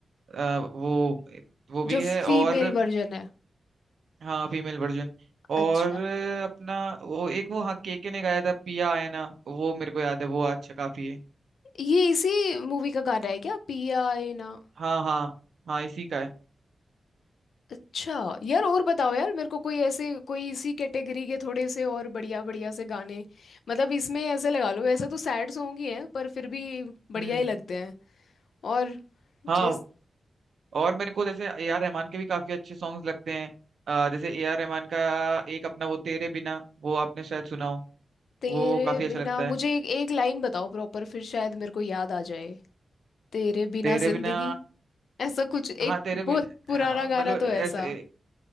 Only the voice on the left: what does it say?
जो
फीमेल
वर्जन है
अच्छा
ये इसी मूवी का गाना है क्या पिया ए ना
अच्छा यार और बताओ यार मेरे को कोई ऐसे कोई इसी कैटेगरी के थोड़े से और बढ़िया बढ़िया से गाने मतलब इसमें ऐसे लगा लो वैसे तो सैड सॉन्ग ही हैं पर फिर भी बढ़िया
ही लगते हैं और जिस
तेरे
बिना
मुझे
एक, एक लाइन बताओ प्रॉपर फिर शायद मेरे को याद आ जाए तेरे बिना
जिंदगी
ऐसा कुछ एक
बहुत
पुराना
गाना
तो
ऐसा